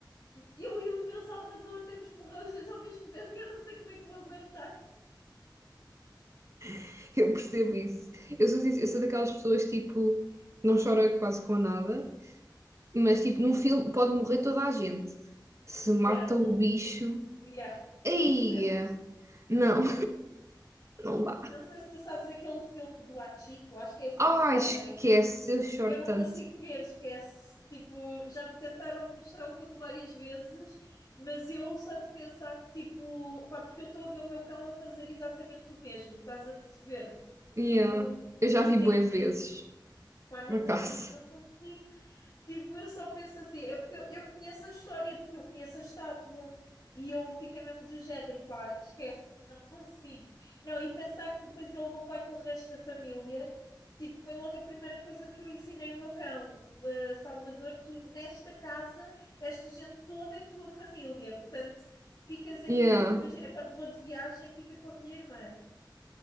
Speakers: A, on the left; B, on the right.
A: eu e o meu Salvador temos que morrer os dois ao mesmo tempo, eu não sei como é que vou aguentar.
B: <laughs> eu percebo isso. Eu sou, sincer- eu sou daquelas pessoas que, tipo, não chora quase com nada, mas, tipo, num filme pode morrer toda a gente. Se mata
A: Yeah, o-
B: o
A: o-
B: bicho,
A: yeah,
B: aí,
A: eu percebo.
B: não, <laughs> não dá.
A: Não sei se tu sabes aquele filme do Hachiko, acho que é assim
B: Ah,
A: que se chama,
B: esquece, eu choro
A: Eu não
B: tanto.
A: consigo ver, esquece. Tipo, já me tentaram mostrar o filme várias vezes, mas eu só de pensar que, tipo, pá, porque eu estou a ver o meu cão a fazer exatamente o mesmo, estás a perceber?
B: Yeah.
A: Tipo,
B: Eu já
A: ir
B: vi
A: ter
B: bué
A: comigo,
B: vezes,
A: pá, não
B: por acaso.
A: consigo, não consigo. Tipo, eu só penso assim, é porque eu, eu conheço a história, porque eu conheço a estátua e eu fiquei mesmo do género, pá, esquece, não consigo. Não, e pensar que depois ele não vai com o resto da família, tipo, foi logo a primeira coisa que eu ensinei o meu cão, "Ah, Salvador, tu nesta casa, esta gente toda é tua família, portanto, ficas aqui,
B: Yeah.
A: tipo, imagina, quando vou de viagem, fica com a minha irmã.